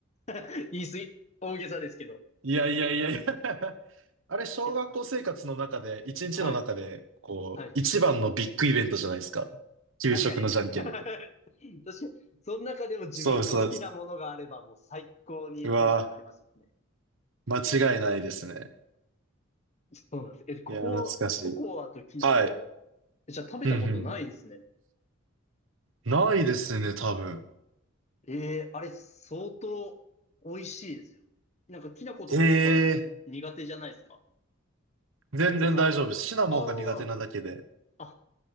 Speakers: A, on the left; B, on the right.
A: <laughs> 言い過ぎ、大げさですけど。
B: いやいやいやいや <laughs> あれ、小学校生活の中で、
A: いや、
B: 一日の中で、
A: はい、
B: こう、
A: はい。
B: 一番のビッグイベントじゃないですか。給食のじゃんけんって。
A: 確かに。<laughs> 確かに。その中でも自分の好きなものがあればもう最高にテンション上がりますもんね。
B: そうです、そうです。うわー、間違いないですね。
A: そうなんです。え、ここ、
B: いやー、懐かしい。
A: ココアときな粉。
B: はい。
A: じゃあ食べたことないですね。
B: うんうん。ないですね、多分。
A: ええあれ、相当美味しいですよ。なんか、きな粉とかココアに苦手じゃないですか
B: ええー全然大丈夫です。
A: コウさんは。
B: シナモンが苦手なだけで。
A: ああ、あ、